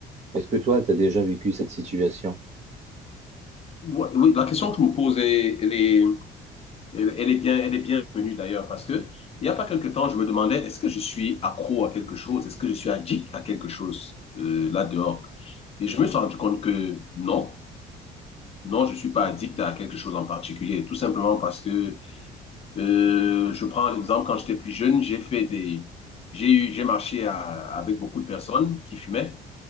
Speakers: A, on the right; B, on the left.
A: Est-ce que toi, tu as déjà vécu cette situation?
B: Ouais, Oui, la question que je me pose, est- elle est, elle, elle est bien, elle est bienvenue d'ailleurs, parce que il y a pas quelque temps, je me demandais, est-ce que je suis accro à quelque chose? Est-ce que je suis addict à quelque chose euh, là dehors? Et je me suis rendu compte que non, non, je suis pas addict à quelque chose en particulier, tout simplement parce que euh, je prends l'exemple quand j'étais plus jeune, j'ai fait des, j'ai eu, j'ai marché à- avec beaucoup de personnes qui fumaient,